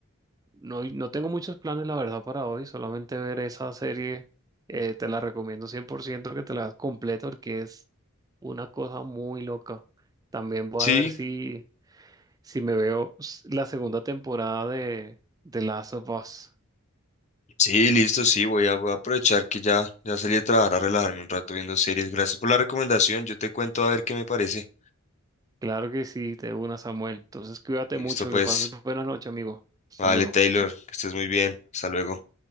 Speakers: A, on the right; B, on the left.
A: No, y no tengo muchos planes, la verdad, para hoy. Solamente ver esa serie. eh, te la recomiendo 100% que te la veas completa porque es una cosa muy loca. También voy
B: Sí,
A: a ver si, si me veo s- la segunda temporada de, de Last of Us.
B: Sí, listo, sí, voy a, voy a aprovechar que ya, ya salí de trabajar a relajarme un rato viendo series. Gracias por la recomendación, yo te cuento a ver qué me parece.
A: Claro que sí, te una, Samuel. Entonces, cuídate
B: Listo,
A: mucho.
B: pues,
A: Que pases buenas noches amigo. Hasta
B: vale,
A: luego.
B: Taylor, que estés muy bien, hasta luego.